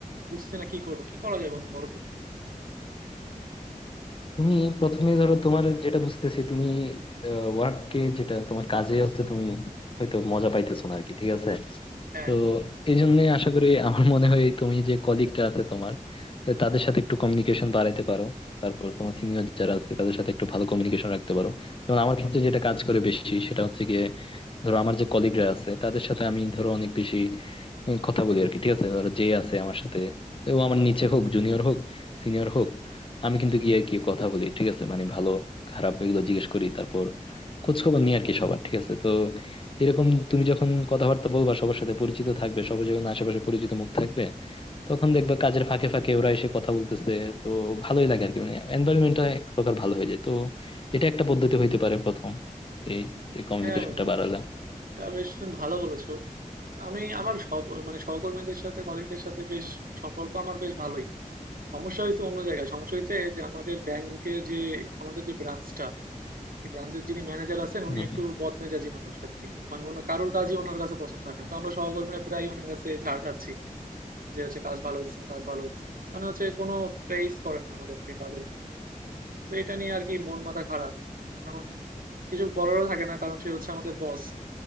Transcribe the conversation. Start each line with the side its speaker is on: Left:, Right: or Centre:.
Right: বুঝতেছি না কি করবো কি করা যায় বন্ধু বলো তো একটু
Left: তুমি প্রথমে ধরো তোমার যেটা বুঝতেছি তুমি ওয়ার্ককে যেটা তোমার কাজে হচ্ছে তুমি হয়তো মজা পাইতেছো না আর কি ঠিক আছে
Right: হ্যাঁ
Left: তো
Right: হ্যাঁ
Left: এই জন্য আশা করি আমার মনে হয় তুমি যে কলিগটা আছে তোমার তাদের সাথে একটু কমিউনিকেশন বাড়াইতে পারো তারপর তোমার সিনিয়র যারা আছে তাদের সাথে একটু ভালো কমিউনিকেশন রাখতে পারো যেমন আমার ক্ষেত্রে যেটা কাজ করে বেশি সেটা হচ্ছে গিয়ে ধরো আমার যে কলিগরা আছে তাদের সাথে আমি ধরো অনেক বেশি উম, কথা বলি আর কি ঠিক আছে ধরো যে আছে আমার সাথে ও আমার নিচে হোক জুনিয়র হোক সিনিয়র হোক আমি কিন্তু গিয়ে আর কি কথা বলি ঠিক আছে মানে ভালো খারাপ এগুলো জিজ্ঞেস করি তারপর খোঁজ খবর নিই আর কি সবার ঠিক আছে তো এরকম তুমি যখন কথাবার্তা বলবা সবার সাথে পরিচিত থাকবে সবার যখন আশেপাশে পরিচিত মুখ থাকবে তখন দেখবা কাজের ফাঁকে ফাঁকে ওরা এসে কথা বলতেছে তো ভালোই লাগে আর কি মানে এনভায়রনমেন্টটা এক প্রকার ভালো হয়ে যায় তো এটা একটা পদ্ধতি হইতে পারে প্রথম এই যে কমিউনিকেশনটা
Right: হ্যাঁ বন্ধু
Left: বাড়ালাম
Right: এটা বেশ তুমি ভালো বলেছো আমি আমার সব মানে সহকর্মীদের সাথে কলিগদের সাথে বেশ সম্পর্ক আমার বেশ ভালোই সমস্যা হয়েছে অন্য জায়গায় সমস্যা হয়েছে যে আমাদের ব্যাংকের যে আমাদের যে ব্রাঞ্চটা এই ব্রাঞ্চের যিনি ম্যানেজার আছেন উনি
Left: হ্যাঁ
Right: একটু
Left: হ্যাঁ
Right: বদমেজাজি মানুষ আর কি মানে ওনার কারোর কাজই ওনার কাছে পছন্দ হয় না তো আমরা সহকর্মীরা প্রায় ওনার কাছে ঝাড় খাচ্ছি যে হচ্ছে কাজ ভালো হইতেছে না কাজ ভালো হইতেছে না মানে হচ্ছে কোনো প্রেইজ করে না আমাদেরকে কাজের জন্য তো এটা নিয়ে আর কি মন মাথা খারাপ এখন কিছু বলারও থাকে না কারণ সে হচ্ছে আমাদের বস